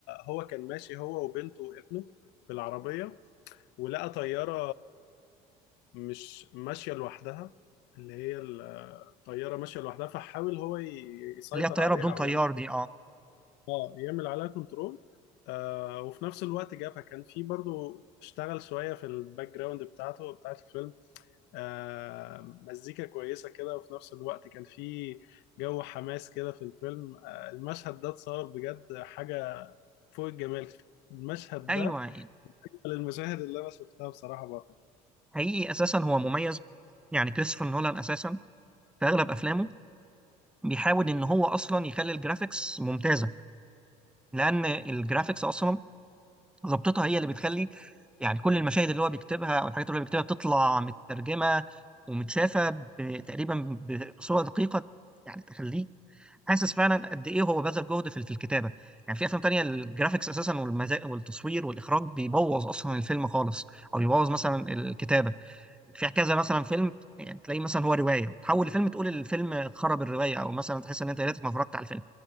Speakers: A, on the left; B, in the centre.
A: هو كان ماشي هو وبنته وابنه بالعربيه ولقى طياره مش ماشيه لوحدها اللي هي ال- الطياره ماشيه لوحدها فحاول هو ي- يسيطر
B: اللي هي الطياره
A: عليها
B: بدون طيار
A: او يعمل
B: دي اه
A: اه يعمل عليها كنترول آه وفي نفس الوقت جابها كان في برضو اشتغل شويه في الباك جراوند بتاعته بتاعت الفيلم آه، مزيكا كويسة كده وفي نفس الوقت كان في جو حماس كده في الفيلم آه، المشهد ده اتصور بجد حاجة فوق الجمال المشهد
B: ايوه
A: ده
B: يعني
A: من المشاهد اللي أنا شفتها بصراحة برضه
B: حقيقي اساسا هو مميز يعني كريستوفر نولان اساسا في اغلب افلامه بيحاول ان هو اصلا يخلي الجرافيكس ممتازه لان الجرافيكس اصلا ظبطتها هي اللي بتخلي يعني كل المشاهد اللي هو بيكتبها او الحاجات اللي هو بيكتبها بتطلع مترجمه ومتشافه ب- تقريبا بصوره دقيقه يعني تخليك حاسس فعلا قد ايه هو بذل جهد في في الكتابه يعني في افلام تانية الجرافيكس اساسا والمزا... والتصوير والاخراج بيبوظ اصلا الفيلم خالص او يبوظ مثلا الكتابه في كذا مثلا فيلم يعني تلاقيه مثلا هو روايه تحول لفيلم تقول الفيلم خرب الروايه او مثلا تحس ان انت يا ريتك ما اتفرجت على الفيلم